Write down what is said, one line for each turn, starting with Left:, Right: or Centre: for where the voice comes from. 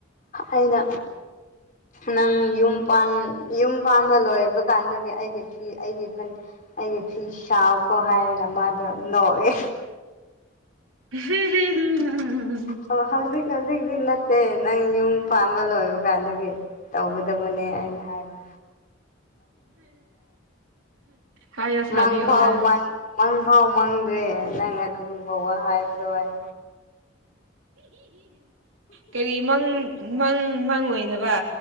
Left: ꯑꯩꯅ ꯅꯪ ꯌꯨꯝ ꯌꯨꯝ ꯄꯥꯟꯕ ꯂꯣꯏꯕ ꯀꯥꯟꯗꯒꯤ ꯑꯩꯒꯤ ꯐꯤ ꯑꯩꯒꯤ ꯑꯩꯒꯤ ꯐꯤ ꯁꯥꯎꯀꯣ ꯍꯥꯏꯔꯒ ꯃꯥꯗꯣ ꯅꯧꯋꯦ
Right: ꯍ
Left: ꯑ ꯍꯧꯖꯤꯛ ꯍꯧꯖꯤꯛ ꯅ ꯑꯦꯦ ꯅꯪ ꯌꯨꯝ ꯄꯥꯝꯕ ꯂꯣꯏꯕ ꯀꯥꯟꯗꯒꯤ ꯇꯧꯒꯗꯕꯅꯦ ꯑꯩꯅ ꯍꯥꯏꯕ
Right: ꯍꯥꯏꯌꯣ ꯁꯥꯕꯤꯌꯣ
Left: ꯃꯥꯡꯐꯥꯎ
Right: ꯍꯥꯏꯌꯣ
Left: ꯃ ꯃ ꯄꯥꯎ ꯃꯪꯗ꯭ꯔꯦ ꯅꯪ ꯑꯗꯨꯒꯨꯝꯕ ꯋꯥ ꯍꯥꯏꯕꯗꯣ ꯍꯥꯏ
Right: ꯀꯔꯤ ꯃꯪ ꯃꯪ ꯃꯪꯉꯣꯏꯗꯕ